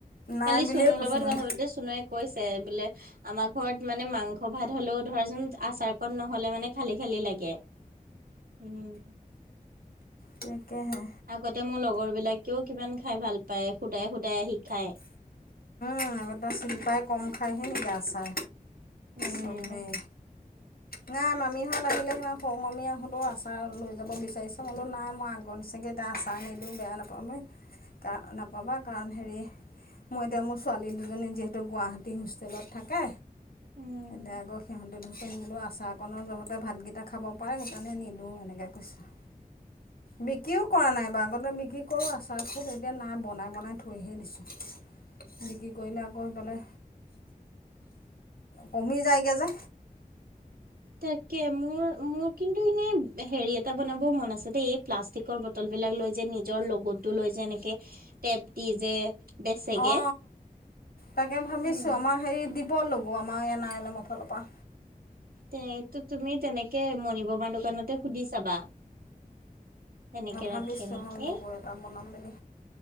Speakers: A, on the left (about 80°); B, on the right (about 85°).
A: নাই
B: কালি
A: বুলিয়ে
B: চুনুৰ
A: কৈছোঁ মানে।
B: <unintelligible> কৈছে বোলে আমাৰ ঘৰত মানে মাংস ভাত হ'লেও ধৰাচোন আচাৰকণ নহ'লে মানে খালি-খালি লাগে। উম, হম।
A: তাকেহে।
B: আগতে মোৰ লগৰ বিলাকেও কিমান খাই ভাল পায়। শুদাই শুদাই আহি খায়।
A: উম আগতে চিল্পাই কম খায়হি নেকি আচাৰ?
B: উম।
A: চবেই নাই মামীহঁত আহিলে <unintelligible> সৰু মামী আহোঁতেও আচাৰ লৈ যাব বিচাৰিছে। ম বোলো নাই মই আগৰ নিচিনাকে এতিয়া আচাৰ নিদিওঁ বেয়া নাপাবি কা নাপাবা। কাৰণ হেৰি মই এতিয়া মোৰ ছোৱালী দুজনী যিহেতু গুৱাহাটী হোষ্টেলত থাকে,
B: উম
A: এতিয়া আকৌ সিহঁত এ ধচোন বোলো আচাৰ কণৰ জহতে ভাতগিটা খাব পাৰে সেইকাৰণে নিদো এনেকে কৈছো। বিক্ৰীও কৰা নাই এবাৰ। আগতে বিক্ৰী কৰো আচাৰ খুব। এতিয়া নাই, বনাই বনাই থৈহে দিছো। বিক্ৰী কৰিলে আকৌ সিফালে কমি যায়গে যে।
B: তাকে, মোৰ মোৰ কিন্তু ইনে হেৰি এটা বনাবও মন আছে দেই। এই প্লাষ্টিকৰ বটলবিলাক লৈ যে নিজৰ লগ'টো লৈ যে এনেকে টেপ দি যে বেচেগে।
A: অ, অ তাকে ভাবিছোঁ
B: উম।
A: আমাৰ হেই দিব লগ' আমাৰ এন আৰই এল এমৰ ফাল পা।
B: তে টো তুমি তেনেকে মনিব মানুহ দোকানতে সুধি চাবা তেনেকে
A: ভাবিছোঁ
B: ৰাখে নেকি।
A: অঁ লগো এটা বনাম বুলি